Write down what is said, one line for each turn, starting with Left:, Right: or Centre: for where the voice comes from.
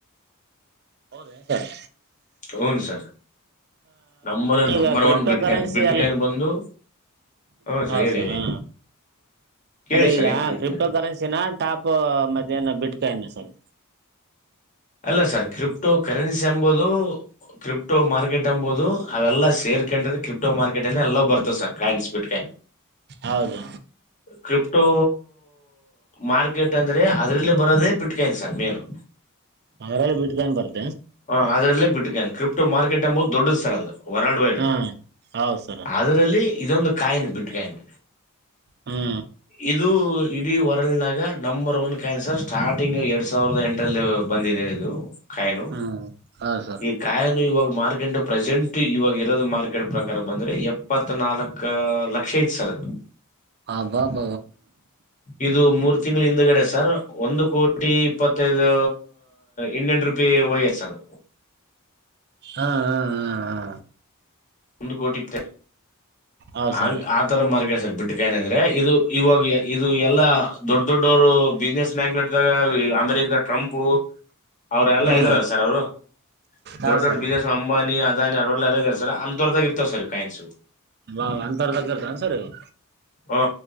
Right: ಹೌದೆನಿರ್ರಿ.
Left: ಹೌದು ಸರ್. ನಂಬರ್
Right: ಈಗ
Left: ನಂಬರ್
Right: ಕ್ರಿಪ್ಟೋ
Left: ಒನ್ ಬಿಟ್ಕಾಯ
Right: ಕರೆನ್ಸಿ
Left: ಬಿಟ್ಕಾಯನ
Right: ಅಲ್
Left: ಬಂದು. ಹೌ
Right: ಹೌದು
Left: ಸರ್ ಹೇಳಿ ಹೇಳಿ.
Right: ಹಾ
Left: ಕೇಳಿ
Right: ಅದೇ ಈಗ
Left: ಸರ್ ಏನ್ ಕೇಳಿ
Right: ಕ್ರಿಪ್ಟೋ
Left: ಕೇಳಿ
Right: ಕರೆನ್ಸಿನ ಟಾಪ್ ಮಧ್ಯಾಹ್ನ ಬಿಟ್ಕನ ಸರ್.
Left: ಅಲ್ಲ ಸರ್ ಕ್ರಿಪ್ಟೋ ಕರೆನ್ಸಿ ಎಂಬುದು. ಕ್ರಿಪ್ಟೋ ಮಾರ್ಕೆಟ್ ಅಂಬೋದು ಅವೆಲ್ಲ ಸೇರ್ಕೊಂಡ್ರೆ ಕ್ರಿಪ್ಟೋ ಮಾರ್ಕೆಟ್ ಅಲ್ಲ ಎಲ್ಲ ಬರ್ತವೆ ಸರ್ ಕಾಯಿನ್ಸ್ ಬಿಟ್ಕಾಯಿನ್.
Right: ಹೌದು
Left: ಕ್ರಿಪ್ಟೋ. ಮಾರ್ಕೆಟ್ ಅಂದ್ರೆ ಅದ್ರಲ್ಲಿ ಬರೋದೇ ಬಿಟ್ಕನಿ ಸರ್ ಮೇನು.
Right: ಅವದರಲ್ಲ ಬಿಟ್ಕೊಂಡ ಬರ್ತ್ತ.
Left: ಹ ಅದ್ರಲ್ಲೇ ಬಿಟ್ಟಕಾನೆ ಕ್ರಿಪ್ಟೋ ಮಾರ್ಕೆಟ್ ಅಮ್ಮ ದೊಡ್ಡದ ಸರ್ ಅದು ವರ್ಲ್ಡ್ ವೈಡ್.
Right: ಹಾಂ ಹೌದು ಸರ್
Left: ಅದ್ರಲ್ಲಿ ಇದೊಂದು ಕಾಯನು ಬಿಟ್ಟಕಾಯನು.
Right: ಹ್ಞೂ
Left: ಇದು ಇಡೀ ವರಲ್ಡ್ನಾಗ ನಂಬರ್ ಒನ್ ಕ್ಯಾನ್ಸರ್. ಸ್ಟಾರ್ಟಿಂಗ್ ಎರಡ್ ಸಾವಿರದ ಎಂಟಲ್ಲಿ ಬಂದಿದೆ ಇದು ಕೈನು.
Right: ಹ್ಞೂ ಹೌದು ಸರ್
Left: ಈ ಕಾಯನು ಇವಾಗ ಮಾರ್ಕಂಡ. ಪ್ರೆಸೆಂಟ್ ಇವಾಗ ಇರೋದು ಮಾರ್ಕೆಟ್ ಪ್ರಕಾರ ಬಂದ್ರೆ ಎಪ್ಪತ್ ನಾಲ್ಕ ಲಕ್ಷ ಐತ್ ಸರ್ ಅದು.
Right: ಅಬ್ಬಾಬಾಬ.
Left: ಇದು ಮೂರ್ ತಿಂಗಳ ಹಿಂದಗಡೆ ಸರ್ ಒಂದು ಕೋಟಿ ಇಪ್ಪತ್ತೈದು ಇಂಡಿಯಾನ್ ರೂ. ಪೀ ಹೊಗ್ಯಾದ್ ಸರ್.
Right: ಹಾ ಹಾ ಹಾ ಹಾ.
Left: ಒಂದು ಕೋಟಿ. <inaudible>
Right: ಹೌದು
Left: ಹಂಗ್
Right: ಸರ್
Left: ಆತರ ಮಾರ್ಕ ಸರ್ ಬಿಟ್ಟಕಾಯನೆ ಅಂದ್ರೆ ಇದು ಇವಾಗ ಇದು ಎಲ್ಲಾ ದೊಡ್ ದೊಡ್ಡವರು. ಬಿಸ್ನೆಸ್ ಮ್ಯಾಗ್ಟ್ ಅಮೆರಿಕದ ಟ್ರಂಪು ಅವ್ರ ಎಲ್ಲಾ
Right: ಹ್ಞೂ
Left: ಇದಾರಲ್ಲ ಸರ್ ಅವರು.
Right: ಹೌದು
Left: ದೊಡ್ಡ ದೊಡ್ಡ
Right: ಸರ್
Left: ಬಿಸ್ನೆಸ್ ಅಂಬಾನಿ ಅದಾನಿ ಅವರೆಲ್ಲ ಇದ್ದಾರೆ ಸರ್ ಅಂತವರ್ಡ್ದಾಗ ಇರ್ತವ ಸರ್ ಕಾಯನ್ಸು.
Right: ಬಾ ಅಂಥವ್ರದಾಗ ಇರ್ತಾನೆ ಸರ್ ಇವು
Left: ಹ್ಮ